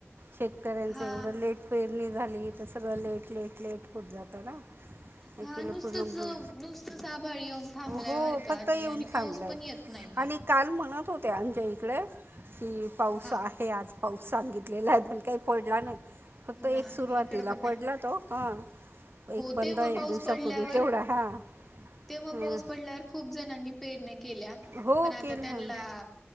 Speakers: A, on the right (about 65°); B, in the centre.
A: शेतकऱ्यांचं
B: हा
A: एवढं लेट पेरणी झाली तर सगळं लेट लेट लेट होत जातं ना. ॲक्च्युली
B: हां नुसतंच
A: पूर्ण ब-
B: नुसतंच आभाळ येऊन थांबलय
A: हो
B: बरं का
A: फक्त येऊन
B: ताई आणि पाऊस
A: थांबलं आहे
B: पण येत नाही.
A: आणि काल म्हणत होते आमच्या इकडे की पाऊस
B: हा
A: आहे आज पाऊस सांगितलेला आहे पण काही पडला नाही. फक्त एक
B: नाही
A: सुरुवातीला
B: इकडं पण नाही
A: पडला तो हां
B: हो
A: एक पंधरा
B: तेव्हा
A: एक
B: पाऊस
A: दिवसापूर्वी
B: पडल्यावर
A: तेवढा हां.
B: तेव्हा
A: हां
B: पाऊस पडल्यावर खूप जणांनी पेरण्या केल्या
A: हो
B: पण आता
A: केलं
B: त्यांनला